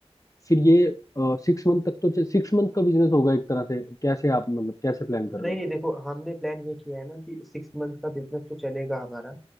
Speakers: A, on the left; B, in the centre.
A: फिर ये सिक्स मंथ तक तो सिक्स मंथ का बिजनेस होगा एक तरह से कैसे आप मतलब कैसे प्लान कर रहे
B: नहीं
A: हो
B: नहीं देखो हमने प्लान ये किया है ना कि सिक्स मंथ का बिजनेस तो चलेगा हमारा